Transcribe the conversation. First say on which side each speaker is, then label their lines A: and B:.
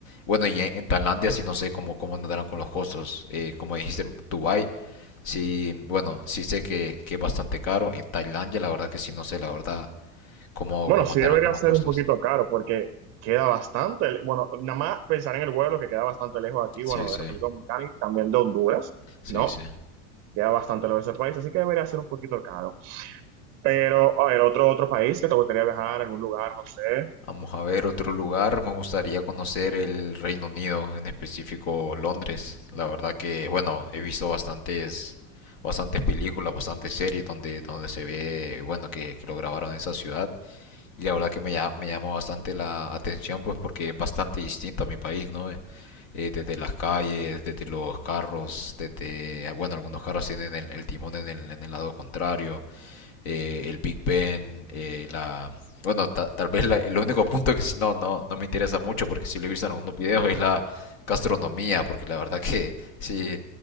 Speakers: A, on the left; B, on the right.
A: Bueno, y en, en Tailandia sí no sé cómo, cómo andarán con los costos. Eh, como dijiste, en Dubái Sí, bueno, sí sé que, que es bastante caro. En Tailandia, la verdad que sí, no sé, la verdad, cómo,
B: Bueno,
A: cómo
B: sí
A: andarán
B: debería
A: con los
B: ser
A: costos.
B: un poquito caro porque queda bastante, le- bueno, nada más pensar en el vuelo que queda bastante lejos de aquí, bueno,
A: Sí, sí,
B: de República Dominicana y también de Honduras,
A: sí,
B: ¿no?
A: sí.
B: Queda bastante lejos de ese país, así que debería ser un poquito caro. Pero, a ver, otro, otro país que te gustaría viajar, algún lugar, no sé,
A: Vamos a ver otro lugar. Me gustaría conocer el Reino Unido, en específico Londres. La verdad que, bueno, he visto bastantes, bastantes películas, bastantes series donde, donde se ve, bueno, que, que lo grabaron en esa ciudad. Y la verdad que me, lla- me llama bastante la atención, pues porque es bastante distinto a mi país, ¿no? Eh, desde las calles, desde los carros, desde, ah, bueno, algunos carros tienen el, el timón en el, en el lado contrario, eh, el Big Ben, eh, la... Bueno, ta- tal vez la- el único punto que sí no, no, no me interesa mucho, porque sí lo he visto en algunos videos, es la gastronomía, porque la verdad que sí,